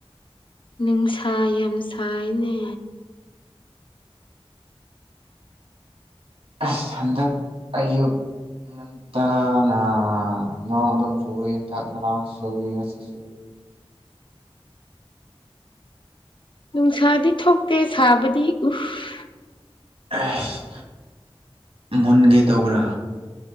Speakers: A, on the left (about 55°); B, on the right (about 75°).
A: ꯅꯨꯡꯁꯥ ꯌꯥꯝ ꯁꯥꯏꯅꯦ
B: ꯑꯁ ꯍꯟꯗꯛ ꯑꯌꯨꯛ ꯉꯟꯇꯥꯅ ꯅꯣꯡ ꯑꯗꯨꯝ ꯁꯨꯏ ꯍꯟꯗꯛ ꯉꯔꯥꯡ ꯁꯨꯏ ꯉꯁꯤ ꯁꯨꯏ
A: ꯅꯨꯡꯁꯥꯗꯤ ꯊꯣꯛꯇꯦ ꯁꯥꯕꯗꯤ ꯎꯐ
B: ꯑꯦꯁ ꯃꯨꯟꯒꯦ ꯇꯧꯕ꯭ꯔꯥ